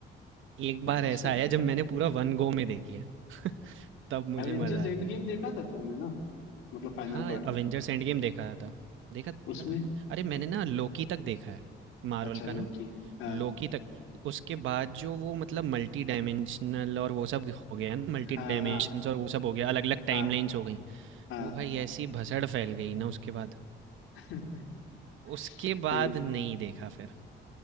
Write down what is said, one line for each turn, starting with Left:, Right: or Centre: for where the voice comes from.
Right: एक
Left: अच्छा
Right: बार ऐसा आया जब मैंने पूरा वन गो में देखी है <laughs> तब मुझे
Left: एवेंजर्स
Right: मज़ा आया
Left: एंड गेम देखा था तुमने ना मतलब फाइनल
Right: हाँ
Left: पार्ट
Right: अवेंजर्स एंड गेम देखा था देखा देखा
Left: उसमें
Right: था अरे मैंने ना लोकी तक देखा है मार्वल
Left: अच्छा लोकी
Right: का ना
Left: हाँ
Right: लोकी तक उसके बाद जो वो मतलब मल्टी डायमेंशनल और वो सब हो गया ना मल्टी
Left: हाँ
Right: डायमेंशंस
Left: हाँ
Right: और वो सब हो गया अलग अलग टाइमलाइंस
Left: हाँ
Right: हो गई
Left: हाँ
Right: वो भाई ऐसी भसड़ फैल गई ना उसके बाद
Left: <laughs>
Right: उसके बाद
Left: ठीक
Right: नहीं देखा फिर